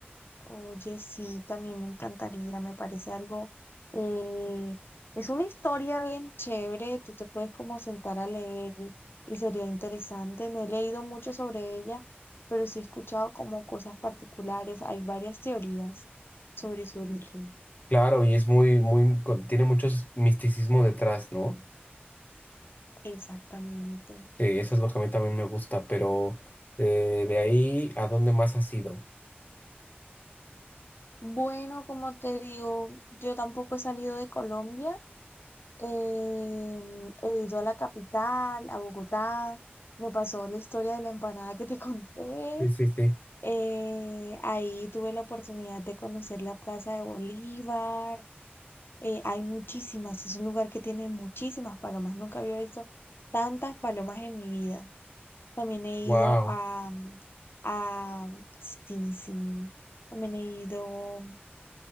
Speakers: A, on the left; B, on the left.
A: Oye, sí, también me encantaría, me parece algo, eh, es una historia bien chévere, tú te puedes como sentar a leer y, y sería interesante. No he leído mucho sobre ella, pero sí he escuchado como cosas particulares, hay varias teorías sobre su origen.
B: Claro, y es muy, muy, co- tiene mucho s- misticismo detrás, ¿no?
A: Exactamente.
B: Que eso es lo que a mí también me gusta, pero eh, de ahí, ¿a dónde más has ido?
A: Bueno, como te digo, yo tampoco he salido de Colombia, em, he ido a la capital, a Bogotá, me pasó la historia de la empanada que te <laughs> conté.
B: Sí, sí, sí.
A: Eh, ahí tuve la oportunidad de conocer la Plaza de Bolívar. Eh, hay muchísimas, es un lugar que tiene muchísimas palomas. Nunca había visto tantas palomas en mi vida. También he ido
B: Wow,
A: a, mm, a, sí, sí, también he ido